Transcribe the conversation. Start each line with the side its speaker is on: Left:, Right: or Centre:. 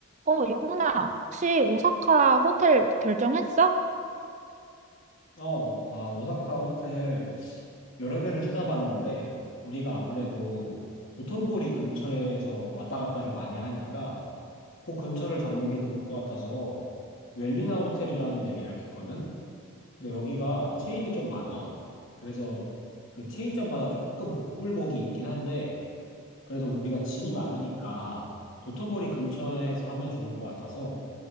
Right: 어, 영훈아, 혹시 오사카 호텔 결정했어?
Left: 어, 나 오사카 호텔 여러 개를 찾아봤는데, 우리가 아무래도 도톤보리 근처에서 왔다 갔다를 많이 하니까, 그 근처를 잡는 게 좋을 것 같아서, 웰리나 호텔이라는 데를 예약했거든? 근데 여기가 체인이 좀 많아. 그래서 그 체인점마다 조금 복불복이 있긴 한데, 그래도 우리가 짐이 많으니까, 도톤보리 근처에서 하면 좋을 것 같아서,